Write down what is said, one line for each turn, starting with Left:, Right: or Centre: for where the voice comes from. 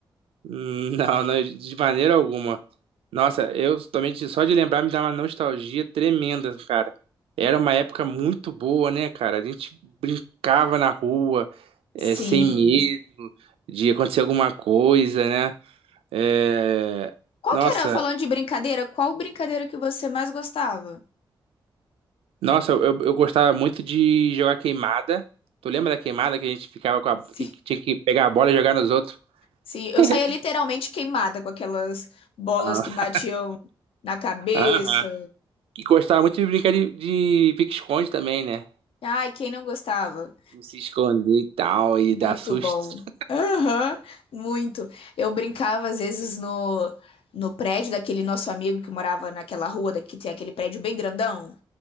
Right: Não, não, de maneira alguma. Nossa, eu também de- só de lembrar me dá uma nostalgia tremenda, cara. Era uma época muito boa, né, cara? A gente brincava na rua, eh,
Left: Sim.
Right: sem medo de acontecer alguma coisa, né? Eh,
Left: Qual
Right: Nossa.
Left: que era, falando de brincadeira, qual brincadeira que você mais gostava?
Right: Nossa, eu, eu eu gostava muito de jogar queimada. Tu lembra da queimada que a gente ficava com a.
Left: Sim.
Right: que Tinha que pegar a bola e jogar nos outros?
Left: Sim, eu
Right: <laughs>
Left: saía literalmente queimada com aquelas bolas
Right: Ah.
Left: que batiam na cabeça.
Right: Aham. E gostava muito de brincar de, de pique-esconde também, né?
Left: Ai, quem não gostava?
Right: De se esconder e tal, e
Left: Muito
Right: dar susto.
Left: bom. Aham, muito. Eu brincava às vezes no, no prédio daquele nosso amigo que morava naquela rua da- que tem aquele prédio bem grandão.